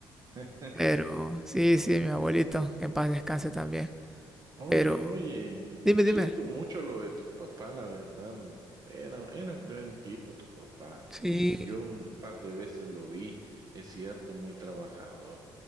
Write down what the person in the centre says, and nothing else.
pero sí, sí, mi abuelito, que en paz descanse también,
pero
dime, dime,
sí,